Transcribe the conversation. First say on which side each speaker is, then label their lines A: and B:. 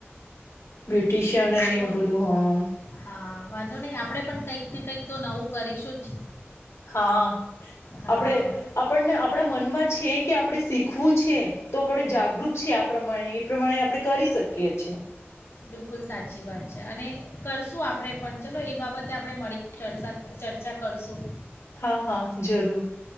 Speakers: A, on the left; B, on the left.
A: બ્યુટિશિયન અને
B: ચલો
A: એવું બધું હં.
B: હા વાંધો નહીં આપણે પણ કંઈક ને કંઈક તો નવું કરીશું જ.
A: હા.
B: હા
A: આપણે આપણને આપણા મનમાં છે કે આપણે શીખવું છે તો આપણે જાગરૂક છીએ, આ પ્રમાણે એ પ્રમાણે આપણે કરી શકીએ છીએ.
B: બિલકુલ સાચી વાત છે અને કરશું આપણે પણ ચલો એ બાબતે આપણે મળી ચર્ચા ચર્ચા કરશું.
A: હા હા જરૂર